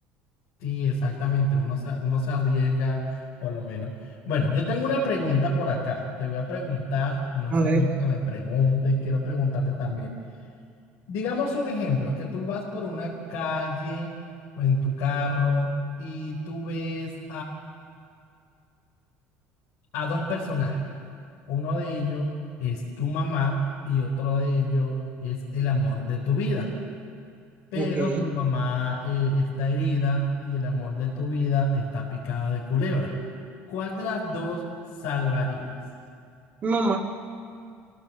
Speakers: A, on the left; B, on the right.
A: Sí, exactamente, uno se, uno se arriesga por lo menos. Bueno, yo tengo una pregunta por acá, te voy a preguntar, no es
B: A
A: solamente
B: ver,
A: que me preguntes, quiero preguntarte también. Digamos un ejemplo, que tú vas por una calle en tu carro y tú ves a dos personajes. Uno de ellos es tu mamá y otro de ellos es el amor de tu vida. Pero
B: ok. Mi
A: tu mamá eh, está herida y el amor de tu vida está picado de culebra. ¿Cuál de las dos salvarías?
B: mamá,